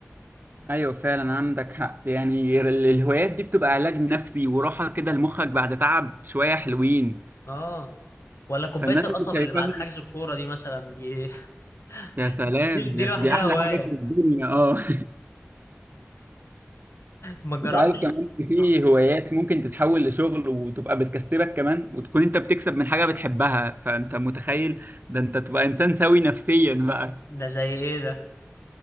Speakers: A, on the right (about 45°); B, on the left (about 85°).
A: ايوه فعلا عندك حق يعني ال- الهوايات دي بتبقى علاج نفسي وراحة كده لمخك بعد تعب شوية حلوين
B: اه ولا كوبايه
A: فالناس
B: القصب
A: اللي شايفاها
B: اللي بعد حجز الكوره دي مثلا دي <laughs>
A: يا سلام
B: دي, دي
A: يا
B: لوحدها
A: س- دي احلى
B: هوايه
A: حاجة في الدنيا اه <laughs>
B: ما جربتش
A: انت عارف كمان إن في
B: آه،
A: هوايات ممكن تتحول لشغل وتبقى بتكسبك كمان وتكون انت بتكسب من حاجة بتحبها فانت متخيل ده انت تبقى انسان سوي نفسيا بقى
B: ده زي ايه ده